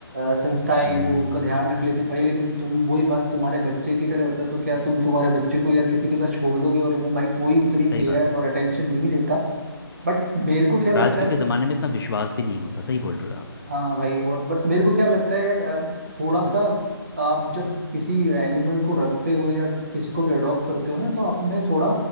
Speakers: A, on the right; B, on the left.
A: संस्थाएं
B: हम्म,
A: हैं जो उनका ध्यान रख लेती है भाई लेकिन तुम वही बात तुम्हारे बच्चे की तरह होता है तो क्या तुम तुम्हारे बच्चे को यार किसी के पास छोड़ दोगे और वो भाई कोई उतनी केयर
B: सही बात
A: और
B: है
A: अटेंशन नहीं देता बट मेरे को क्या
B: और
A: लगता
B: आजकल
A: है
B: के ज़माने में इतना विश्वास भी नहीं होता सही बोल रहे हो आप
A: हाँ भाई और बट मेरे को क्या लगता है यार अ, थोड़ा सा
B: हम्म
A: आप जब किसी एनिमल को रखते हो या किसको भी अडॉप्ट करते हो ना तो आप में थोड़ा